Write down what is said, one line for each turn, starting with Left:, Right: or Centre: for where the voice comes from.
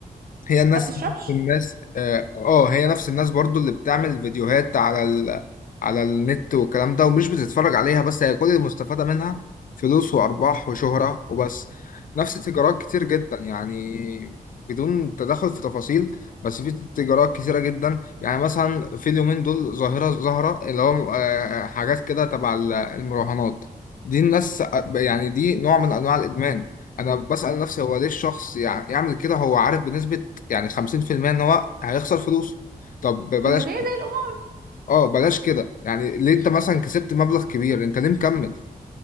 Left: هي الناس
Right: ما بتشربش
Left: نفس الناس اه آه، هي نفس الناس برضو اللي بتعمل فيديوهات على ال... على النت والكلام ده ومش بتتفرج عليها بس هي كل المستفادة منها فلوس وأرباح وشهرة وبس نفس تجارات كتير جدا يعني بدون تدخل في تفاصيل بس في تجارات كتيرة جدا يعني مثلا في اليومين دول ظاهرة ظاهرة اللي هو آه، حاجات كده تبع ال- المراهنات دي الناس يعني دي نوع من أنواع الإدمان انا بسأل نفسي هو ليه الشخص يع- يعمل كده هو عارف بنسبة يعني 50% ان هو هيخسر فلوسه طب بلاش
Right: ما هو زيها زي القمار
Left: اه بلاش كده يعني ليه انت مثلا كسبت مبلغ كبير انت ليه مكمل